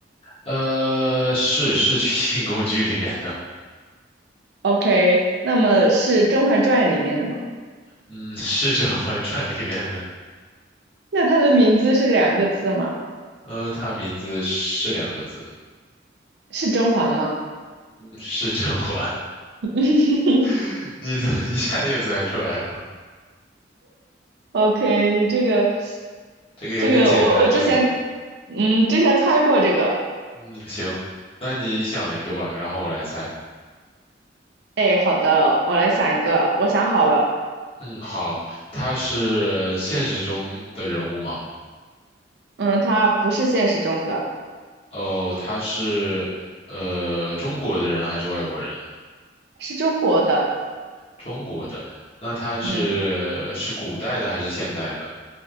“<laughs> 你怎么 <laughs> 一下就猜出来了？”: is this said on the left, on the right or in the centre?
Left